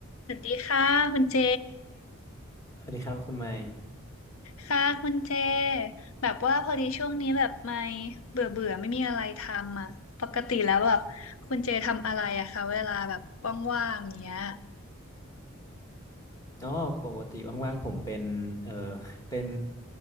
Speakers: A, on the left; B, on the left.
A: สวัสดีค่ะคุณเจ
B: สวัสดีครับคุณไมค์
A: ค่ะคุณเจ แบบว่าพอดีช่วงนี้แบบไม่เบื่อเบื่อไม่มีอะไรทำอ่ะ ปกติแล้วแบบคุณเจทำอะไรอะคะเวลาแบบว่างๆอย่างเงี้ย
B: อ๋อปกติว่างๆผมเป็นเออ <laughs> เป็น